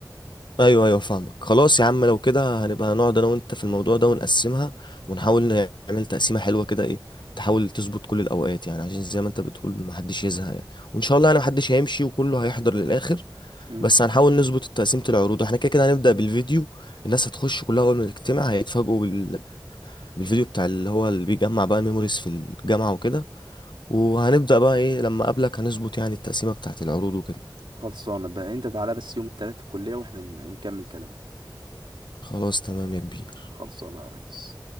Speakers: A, on the left (about 70°); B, on the right (about 80°).
A: ايوه ايوه فاهمك خلاص يا عم لو كده هنبقى هنقعد انا وانت في الموضوع ده ونقسمها ونحاول نعمل تقسيمه حلوه كده ايه تحاول تظبط كل الاوقات يعني عشان زي ما انت بتقول محدش يزهق يعني وان شاء الله انا محدش هيمشي وكله هيحضر للاخر
B: مم.
A: بس هنحاول نظبط تقسيمه العروض احنا كده كده هنبدا بالفيديو الناس هتخش كلها اول ما تجتمع هيتفاجئوا بال... بالفيديو بتاع اللي هو اللي بيجمع بقى الميموريز في الجامعه وكده وهنبدا بقى ايه لما اقابلك هنظبط يعني التقسيمه بتاعه العروض وكده
B: خلصانه بقى انت تعالى بس يوم التلات الكليه واحنا ن- نكمل كلامنا
A: خلاص تمام يا كبير
B: خلصانه يا ريس